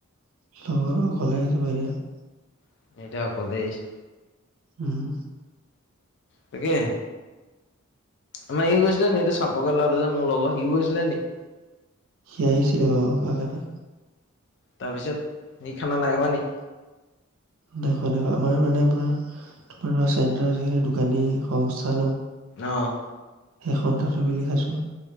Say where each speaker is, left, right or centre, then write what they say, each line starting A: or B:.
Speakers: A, on the right (about 75°); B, on the left (about 55°).
A: <unintelligible>
B: সিহঁতকেইটা অকলেই আহিছে।
A: উম।
B: তাকেহে। আমাৰ ইও গৈছিলে নেকি, এইটো চাপৰকে ল'ৰাটো যে মোৰ লগৰ, সিও গৈছিলে নেকি?
A: সি আহিছিলে অ', লগতে।
B: তাৰপিছত সি খানা নাই খোৱা নি?
A: নাই খোৱা, নাই খোৱা, আমাৰ মানে ধৰ <unintelligible> চেণ্টাৰৰ যিখিনি দোকানী সংস্থা ন।
B: অ'।
A: সেই সন্থাটো মিলি খাইছো।